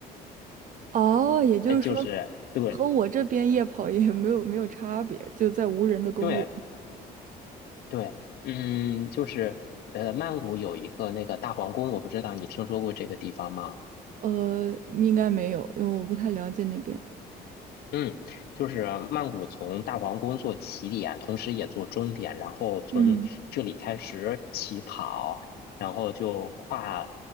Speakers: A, on the right; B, on the left.
A: 哦，也就是说，
B: 哎，就是对
A: 和我这边夜跑也没有没有差别，就在无人的公园。
B: 对对，嗯，就是呃，曼谷有一个那个大皇宫，我不知道你听说过这个地方吗？
A: 呃，应该没有，因为我不太了解那边。
B: 嗯，就是曼谷从大皇宫做起点，同时也做终点，然后从这里开始起跑，
A: 嗯
B: 然后就跨